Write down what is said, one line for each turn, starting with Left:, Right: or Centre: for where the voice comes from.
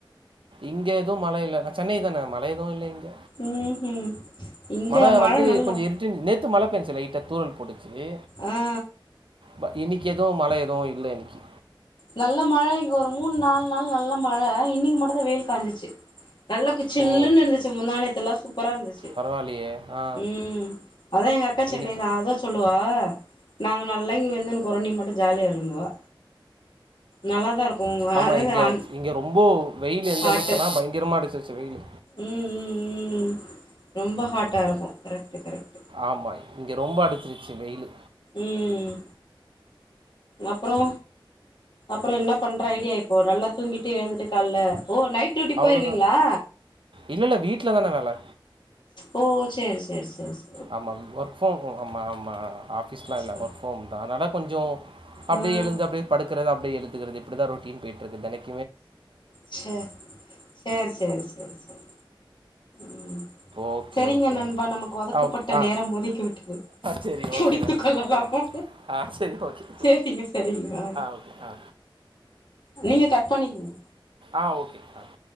Right: இங்க எதும் மழ இல்ல நா சென்னைதான மழ எதுவு இல்ல இங்க.
Left: ம் ம் இங்க
Right: மழ வந்து
Left: நல்லா
Right: கொஞ்சோ இருட்டினு நேத்து மழ வந்த்ச்சு லைட்டா தூறல் போட்டுச் சு
Left: ஆ
Right: ப இன்னிக் கி எதுவு மழ எதுவு இல்ல இன்னக்கி
Left: நல்ல மழ இங்க ஒரு மூணு நாலு நாள் நல் ல மழ இன்னக்கி மட்டுந்தா வெயில் காஞ்சிருச்சு நல்லா கு சில்லுன்னு
Right: ஓ
Left: இருந்துச்சு முந்தா நேத்தல்லா சூப்பரா இருந்துச்சு
Right: பரவாயில்லையே ஆ
Left: ம் அதா எங்க அக்கா சென்னைதா
Right: இன்னைக்கு
Left: அதா சொல்லுவா அ நாங்க நல்லா இங்க வெந்துனுக்குறோ நீ மட்டு ஜாலியா இருன்னுவா நல்லாதா இருக்கு
Right: ஆமா
Left: அதாவது
Right: இங்க
Left: அன்
Right: இங்க ரொம்போ வெயிலு எந்த
Left: ஹாட்டு
Right: அளவுக்குன்னா பயங்கரமா அடிச்சிருச்சு வெயிலு
Left: ம் ம் ம் ம் ரொம்ப ஹாட்டா இருக்கு கரெக்ட்டு கரெக்ட்
Right: ஆமா இங்க ரொம்ப அடிச்சிரு ச்சு வெயிலு
Left: ம் அப்றோ அப்றோ என்ன பண்ற ஐடியா இப்போ நல்லா தூங்கிட்டு எழுந்துரு காலல ஓ நைட் ட்யூட்டி
Right: அவ்வளோதான்
Left: போயிருவீங்களா?
Right: இல்லை இல்லை வீட்டில் தானே வேலை
Left: ஓ சேரி சேரி சேரி சே
Right: ஆமா ஒர்க் ஃப்ரம் ஹோம் ஆமா ஆமா ஆஃபீஸ்லா இல்ல
Left: சேரி
Right: ஒர்க் ஹோம்தா அதனால கொஞ்சோ அப்டியே
Left: ம்
Right: எழுந்து அப்டியே படுக்கறது அப்டியே எழு ந்துக்கிறது இப்பிடிதா ரொட்டீன் போயிட்ருக்கு தெனக்
Left: ச்சே சேரி சேரி சேரி சேரி ம்
Right: ஓகே
Left: செரிங்க
Right: ஓகே
Left: நண்பா
Right: ஓகே
Left: நமக்கு ஒதுக்கப்பட்ட
Right: ஆ ஓகே ஆ
Left: நேரம் முதுக்கி விட்டது
Right: சரி ஓகே
Left: முடித்துக்
Right: நன்றி
Left: கொள்ளலாமா
Right: ரொம்ப நன்றி ஆ சரி ஓகே
Left: சேரிங்க செரிங்க ஆ
Right: ஓகே ஆ
Left: நீங்க கட் பண்ணிக்கங்க
Right: ஆஹ் ஓகே ஆஹ்